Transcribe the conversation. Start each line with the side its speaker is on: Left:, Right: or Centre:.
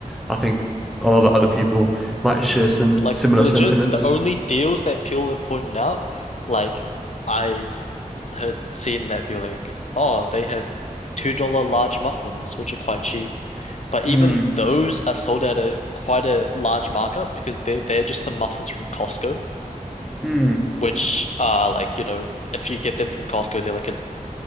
Centre: I think a lot of other people might share
Left: Yeah.
Centre: some
Left: Like
Centre: similar
Left: legit,
Centre: sentiments.
Left: the only deals that people have pointed out, like I've heard seen that people like, oh, they have two dollar large muffins, which are quite cheap. But
Centre: Hmm.
Left: even those are sold at a quite a large markup because they they're just the muffins from Costco,
Centre: Mm.
Left: which are like, you know, if you get them from Costco, they're like a